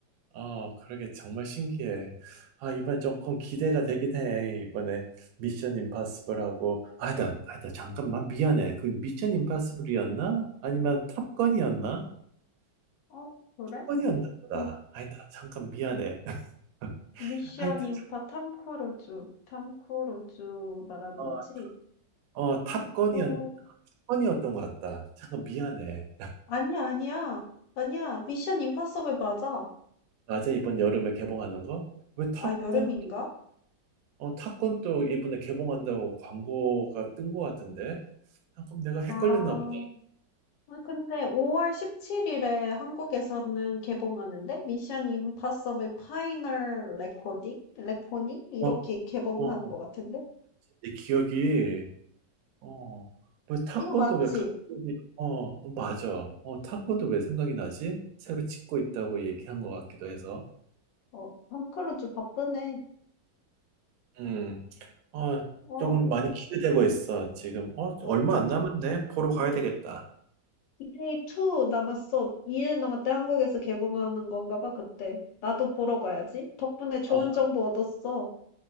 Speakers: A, on the right; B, on the left.
A: 아, 그러게 정말 신기해. 아, 이번에 조금 기대가 되긴 해. 이번에 미션 임파서블하고 아니다, 아니다, 잠깐만 미안해. 그 미션 임파서블이었나? 아니면 탑건이었나?
B: 어 그래?
A: 탑건이었나
B: 음
A: 보다.
B: 그
A: 아니다, 잠깐 미안해. <laughs>
B: 미션
A: 하여튼
B: 임파 탐 크루즈. 탐 크루즈 말하는
A: 어,
B: 거지?
A: 어
B: 어,
A: 탑건이었,
B: 어,
A: 탑건이었던 것 같다. 잠깐 미안해.
B: 아니야, 아니야. 아니야. 미션 임파서블 맞아.
A: 맞아, 이번 여름에 개봉하는 거? 왜 탑건?
B: 아, 여름인가?
A: 어, 탑건 또 이번에 개봉한다고 광고가 뜬 것 같은데? 아, 그럼 내가 헷갈렸나
B: 아,
A: 보다.
B: 아, 근데 5월 17일에 한국에서는 개봉하는데 미션 임파서블 파이널 레코딩? 레코닝? 이렇게
A: 어,
B: 개봉하는
A: 어,
B: 것 같은데?
A: 내 기억이, 어, 뭐 탑건도
B: 이거 맞지?
A: 왜 갑자기, 어, 어, 맞아. 어, 탑건도 왜 생각이 나지? 새로 찍고 있다고 얘기한 것 같기도 해서.
B: 어, 톰 크루즈 바쁘네.
A: 음, 아,
B: 어,
A: 조금 많이 기대되고 있어, 지금. 어,
B: 어,
A: 얼마 안 남았네. 보러 가야 되겠다.
B: 디제이 2 남았어. 2일 남았대. 한국에서 개봉하는 건가 봐, 그때. 나도 보러 가야지. 덕분에 좋은
A: 어,
B: 정보 얻었어.